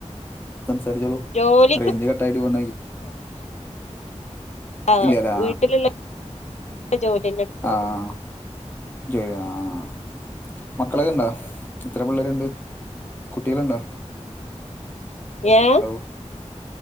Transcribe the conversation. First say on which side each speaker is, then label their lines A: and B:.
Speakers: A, on the left (about 15°); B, on the left (about 70°).
A: സംസാരിച്ചോളു
B: ജോലിക്ക്
A: റേഞ്ച് കട്ടായിട്ട് പോണായി
B: ആഹ്
A: ഇല്ലല്ലേ
B: വീട്ടിലുള്ള ജോലിന്നെ എടുക്കണത്
A: ആഹ് ജോ ആഹ് മക്കളൊക്കെ ഇണ്ടാ എത്ര പിള്ളേരിണ്ട് കുട്ടികളിണ്ടാ
B: ഏഹ്
A: ഹലോ